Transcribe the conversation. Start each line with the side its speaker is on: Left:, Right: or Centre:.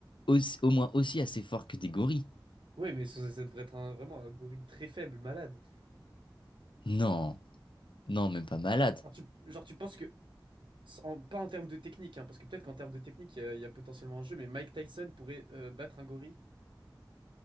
Left: aussi- au moins aussi assez forts que des gorilles.
Right: Oui, mais ça, ça devrait être un- vraiment un gorille très faible, malade.
Left: Non, non, même pas malade.
Right: Genre, tu, genre, tu penses que, sans- pas en termes de technique, hein, parce que peut-être qu'en termes de technique, il y, a il y a potentiellement un jeu, mais Mike Tyson pourrait euh, battre un gorille,